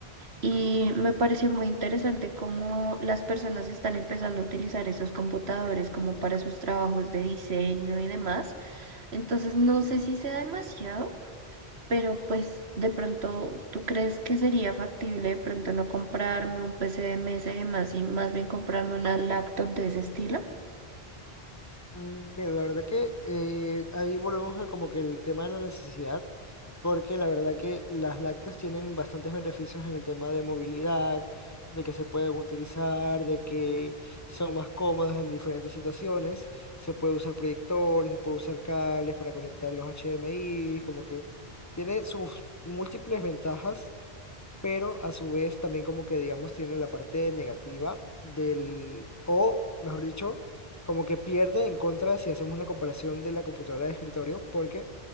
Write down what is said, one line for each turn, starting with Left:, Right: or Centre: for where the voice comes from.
Right: y me pareció muy interesante cómo las personas están empezando a utilizar esos computadores como para sus trabajos de diseño y demás. Entonces no sé si sea demasiado pero pues de pronto, ¿tú crees que sería factible de pronto no comprarme un P C de mesa y demás y más bien comprarme una laptop de ese estilo?
Left: Mm, Mira, la verdad que eh, ahí volvemos a como que el tema de la necesidad, porque la verdad que las lácteas tienen bastantes beneficios en el tema de movilidad, de que se pueden utilizar, de que son más cómodas en diferentes situaciones. Se puede usar proyectores, se puede usar cables para conectar los HDMI, como que tiene sus múltiples ventajas pero a su vez también como que digamos tiene la parte negativa del, o mejor dicho, como que pierde en contra si hacemos una comparación de la computadora de escritorio, porque